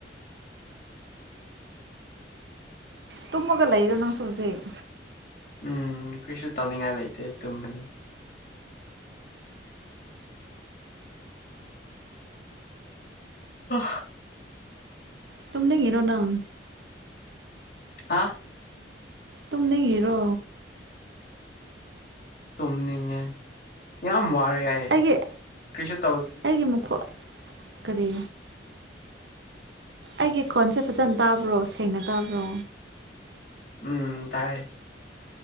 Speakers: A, on the right; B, on the left.
A: ꯇꯨꯝꯃꯒ ꯂꯩꯔ ꯅꯪꯁꯨ ꯍꯧꯖꯤꯛ
B: ꯎꯝ ꯀ꯭ꯔꯤꯁꯨ ꯇꯧꯅꯤꯡꯉꯥꯏ ꯂꯩꯇꯦ ꯇꯨꯝꯕꯅꯤ ꯑ
A: ꯇꯨꯝꯅꯤꯡꯉꯤꯔꯣ ꯅꯪ
B: ꯍꯥꯥ
A: ꯇꯨꯝꯅꯤꯡꯉꯤꯔꯣ
B: ꯇꯨꯝꯅꯤꯡꯉꯦ ꯌꯥꯝ ꯋꯥꯔꯦ ꯌꯦ
A: ꯑꯩꯒꯤ
B: ꯀ꯭ꯔꯤꯁ ꯇꯧꯁꯤ
A: ꯑꯩꯒꯤ ꯃꯈꯣꯟ ꯀꯔꯤ ꯑꯩꯒꯤ ꯈꯣꯟꯁꯦ ꯐꯖꯅ ꯇꯥꯕ꯭ꯔꯣ ꯁꯦꯡꯅ ꯇꯥꯕ꯭ꯔꯣ
B: ꯎꯝ ꯇꯥꯏ